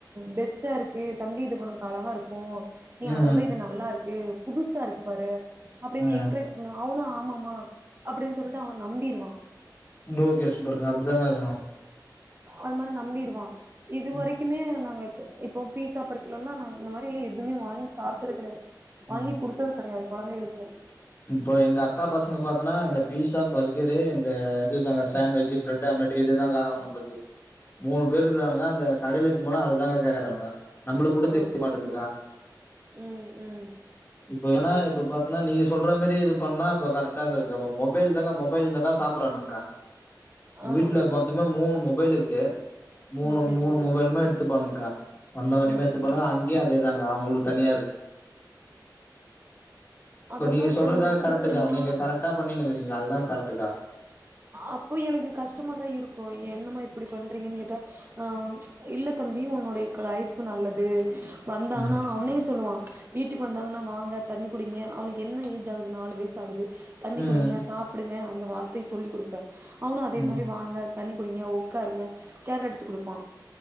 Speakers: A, on the right (about 30°); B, on the left (about 30°).
A: பெஸ்ட்டா இருக்கு தம்பி இது ஒனக்கு அழகா‌‌ இருக்கு நீ
B: ம்
A: அதோட
B: ம்
A: இது நல்லா இரு க்கு புதுசா இருக்கு பாரு அப்டினு
B: ம்.
A: என்க்ரேஜ் பண்ணுவ அவனு ஆமாமா அப்டின் சொல்லிட்டு அவ நம்பிருவா
B: ஓகே சூப்பர்க்கா அப்டித்தாங்கா இருக்கணு
A: அந் மாரி நம்பிருவா இது
B: ம்
A: ‌வரைக்குமே நாங்க இப்போ பீஸா பர்க்லலா நா இந்த மாரில்லா எதுமே வாங்கி சாப்ட்டது ‌கடையாது வாங்கி
B: ம்
A: குடுத்தது கடையாது கொழந்தைகளுக்கு
B: இப்போ எங்க அக்கா பசங்க பாத்தோனா இந்த பீஸா பர்கரு இந்த இதுதா சாண்ட்வெஜ்ஜு ப்ரட் ஆம்லேட் இதுதாங்கா அவ்ங்களுக்கு மூணு பேர் இருக்குறானுங்க அந்த கடையில இத்துட் போனா அது தாங்க கேக்குறானுங்க நம்ப்ளுக் கூட
A: ஆ
B: தெரிய மாட்டுதுக்கா
A: ம் ம்
B: இப்ப ஏன்னா இப்ப பாத்தனா நீங்க சொல்ற மேரி இது பண்ணா இப்ப கரெக்ட்டா இருந்துக்கா இப்ப மொபைல் தாங்கா மொபைல் இந்தாதா சாப்புர்றானுங்க்கா
A: ஆ
B: வீட்ல
A: ம்
B: மொத்தமா மூணு மொபைல் இரு க்கு மூணு
A: சேரி
B: மூணு
A: சேரி
B: மொபைலுமே எடுத்துப்பானுங்க்கா வந்த மணிமே
A: ம்
B: எத்துப்பாணுங்க
A: ம்
B: அங்கியு அதே தாங்கா அவ்ங்களு தனியா இரு
A: அதெல்லா
B: இப்ப நீங்க சொல்றதாங்கா
A: இப்போ நம்ம
B: கரெக்ட்டுக்கா
A: குடுத்தோம்னா
B: நீங்க கரெக்ட்டா பண் ணுக்கிறீங்க அதுதா கரெக்ட்டுக்கா
A: அப்போ எனக்கு கஷ்டமாதா இருக்கு என்னமா இப்டி பண்றீங்கன் கேட்டா ஆ இல்ல தம்பி உன்னோடைய லைஃப் நல்லது வந்தாங்கனா
B: ம்
A: அவனே சொல்லுவா வீட்டுக்கு வந்தாங்கனா வாங்க தண்ணி குடிங்க அவனுக்கு என்ன ஏஜ் ஆகுது நாலு வயசுஆகுது தண்ணி
B: ம்
A: குடிங்க சாப்டுங்க அந்த வார் த்தை சொல்லி குடுப்பே அவுனோ அதே
B: ம்
A: மாரி வாங்கே தண்ணீக் குடிங்கே ஒக்கார்ங்கே சேர்ரே எடுத்து குடுப்பா